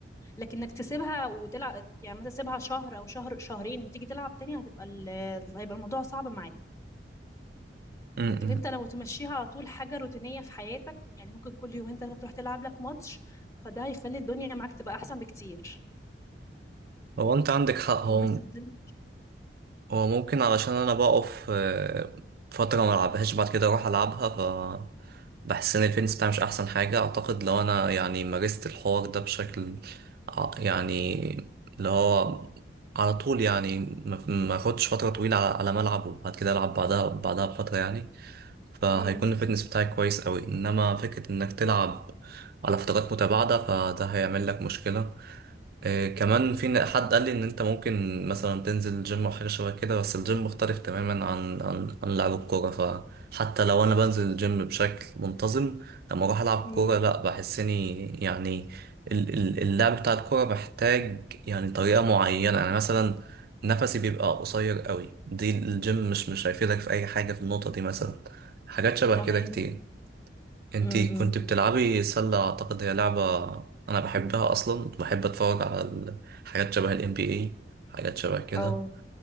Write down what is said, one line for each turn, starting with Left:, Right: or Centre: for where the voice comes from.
Left: لكن انك تسيبها وتلعب يعني مثلا تسيبها شهر او شهر شهرين وتيجي تلعب تاني هتبقى ال... هيبقى الموضوع صعب معاك
Right: م-
Left: لكن
Right: م.
Left: انت لو تمشيها على طول حاجة روتينية في حياتك يعني ممكن كل يومين ثلاثة تروح تلعب لك ماتش فده هيخلي الدنيا معاك تبقى احسن بكتير
Right: هو انت عندك حق هو
Left: بس الدنيا
Right: هو ممكن علشان انا بقف آه، فترة ما العبهاش بعد كده اروح العبها ف بحس ان الفيتنس بتاعي مش احسن حاجة اعتقد لو انا يعني مارست الحوار ده بشكل ع- يعني اللي هو على طول يعني ما ما اخدش فترة طويلة على على ما العب وبعد كده العب بعدها بعدها بفترة يعني فهيكون
Left: امم
Right: الفيتنس بتاعي كويس قوي انما فكرة انك تلعب على فترات متباعدة فده هيعمل لك مشكلة آه، كمان في ن- حد قال لي ان انت ممكن مثلا تنزل جيم او حاجه شبه كده بس الجيم مختلف تماما عن عن عن لعب الكوره فحتى لو انا بنزل الجيم بشكل منتظم لما اروح العب
Left: امم
Right: كوره لا بحس اني يعني ال- ال- اللعب بتاع الكوره محتاج يعني طريقه معينه يعني مثلا نفسي بيبقى قصير قوي دي الجيم مش مش هيفيدك في اي حاجه في النقطه دي مثلا حاجات شبه
Left: تمام
Right: كده كتير انتي
Left: امم
Right: كنت بتلعبي سلة اعتقد هي لعبة انا بحبها اصلا بحب اتفرج على ال- حاجات شبه الام بي اي حاجات شبه كده
Left: اه